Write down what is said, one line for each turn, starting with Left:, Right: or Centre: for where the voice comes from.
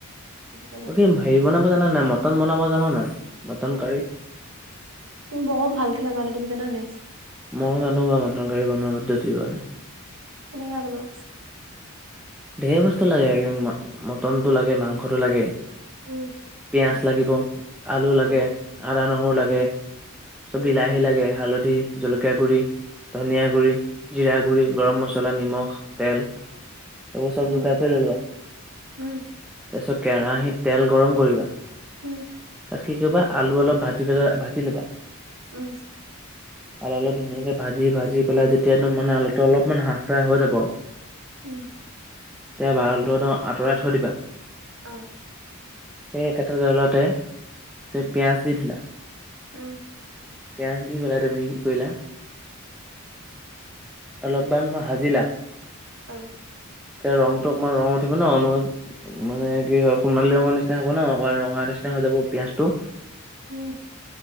Right: সেইটো কাৰণে
Centre: বাকী হেৰি বনাব জানা নাই মটন জানা নাই মটন কাৰী
Right: বৰ ভালকে নাজানো তুমি জানা নে নাই
Centre: মই জানো বাৰু মটন কাৰী বনোৱাৰ পদ্ধতিবোৰ
Right: কেনেকে বনোৱা
Centre: ঢেৰ বস্তু লাগে মটনটো লাগে মাংসটো লাগে
Right: উম
Centre: পিয়াঁজ লাগিব আলু লাগে
Right: আ
Centre: আদা নহৰু
Right: উম
Centre: লাগে চ
Right: উম
Centre: বিলাহী লাগে হালধি জলকীয়া গুড়ি, ধনিয়া গুড়ি, জিৰা গুড়ি, গৰম মছলা, নিমখ তেল সেইবোৰ চব
Right: উম
Centre: জোগাৰ কৰি লবা, তাৰপিছত
Right: উম
Centre: কেৰাহিত তেল গৰম কৰিবা।
Right: উম।
Centre: তাত কি কৰিবা আলু অলপ ভাজি পেলা ভাজি ল'বা।
Right: উম।
Centre: আলু অলপ ধুনীয়াকৈ ভাজি-ভাজি পেলাই যেতিয়া একদম মানে আলুটো অলপমান হাঁহ ফ্ৰাই হৈ যাব।
Right: উম।
Centre: তেতিয়া আলুটো আঁতৰাই থৈ দিবা।
Right: অঁ।
Centre: সেই একেটা তেলতে, পিঁয়াজ দি দিলা।
Right: উম।
Centre: পিয়াঁজ দি পেলাই তুমি কি কৰিলা অলপমান ভাজিলা।
Right: অ'।
Centre: এতিয়া ৰংটো অকণমান ৰং অনু মানে কি হয় সোণালী ৰঙৰ নিচিনা হ'ব ন, ৰঙা নিচিনা হৈ যাব পিয়াঁজটো।
Right: উম।